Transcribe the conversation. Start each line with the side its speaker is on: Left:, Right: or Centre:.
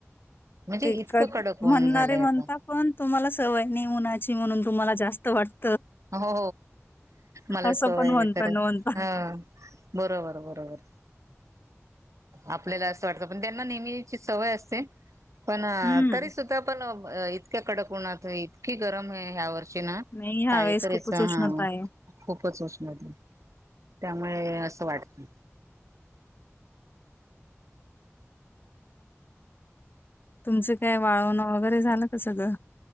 Right: म्हणजे
Left: ते
Right: इतकं
Left: क
Right: कडक ऊन
Left: म्हणणारे
Right: झालंय
Left: म्हणता
Right: आता
Left: पण तुम्हाला सवयने उणायची म्हणून तुम्हाला जास्त वाट
Right: हो मला
Left: असं
Right: सवय
Left: पण म्हणता
Right: ख
Left: न म्हणता.
Right: ह बरोबर बरोबर आपल्याला असं वाटतं पण त्यांना नेहमीची सवय असते पण
Left: हम्म.
Right: तरी सुद्धा पण इतक्या कडक उन्हात इतकी गरम आहे ह्या वर्ष ना
Left: नाही ह्या
Right: काय
Left: वेळेस
Right: तरीच
Left: खूपच उष्णता
Right: हा
Left: आहे.
Right: खूपच उष्णते त्यामुळे असं वाटत
Left: तुमचं काय वाळवणं वगैरे झालं का सगळं